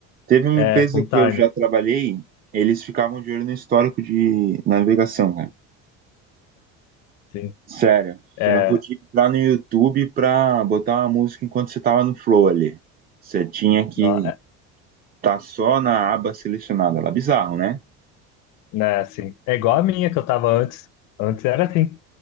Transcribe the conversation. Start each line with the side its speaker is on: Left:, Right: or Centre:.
Right: Teve uma
Left: é,
Right: empresa
Left: full
Right: que
Left: time,
Right: eu já trabalhei, eles ficavam de olho no histórico de navegação, cara.
Left: sim.
Right: Sério, você
Left: É,
Right: não podia entrar no YouTube pra botar uma música enquanto você tava no flow ali. Você tinha que
Left: não, é,
Right: estar só na aba selecionada lá. Bizarro, né?
Left: né, assim, é igual a minha que eu tava antes, antes era assim.